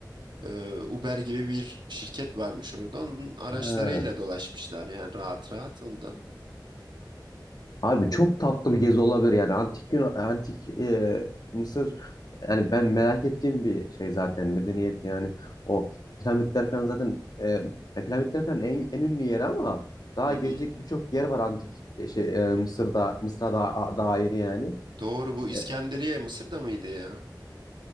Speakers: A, on the right (about 80°); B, on the left (about 60°).
A: e, Uber gibi bir şirket varmış orada onun araçlarıyla
B: Ha.
A: dolaşmışlar yani rahat rahat ondan.
B: Abi çok tatlı bir gezi olabilir yani antik Yunan, antik e, Mısır yani ben merak ettiğim bir şey zaten medeniyet yani o piramitler falan zaten e, ya piramitler falan en, en ünlü yeri ama daha
A: Hı
B: gezecek
A: hı.
B: birçok yer var antik e, şey e, Mısır'da Mısır'a da, a- dair yani.
A: Doğru bu İskenderiye
B: E,
A: Mısır'da mıydı ya?